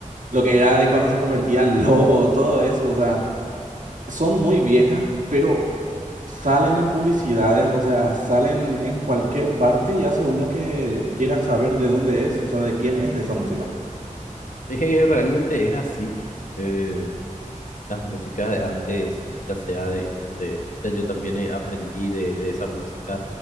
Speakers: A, on the right; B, on the left.
A: lo que era de cuando se convertía en lobo, todo eso. O sea, son muy viejas, pero salen en publicidades, o sea, salen en cualquier parte y hace uno que quiera saber de dónde es, o sea, de quién es esa música.
B: Eh, realmente es así. Eh, las músicas de antes, ya sea de donde escucha, yo también eh, aprendí de, de esa música,